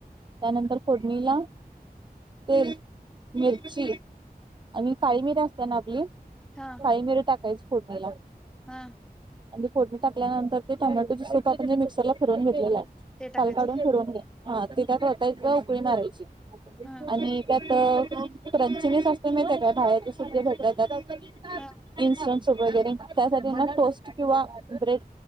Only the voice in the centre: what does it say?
हा.
हा.
ते
टाकायचं
काय
हा
हा
हा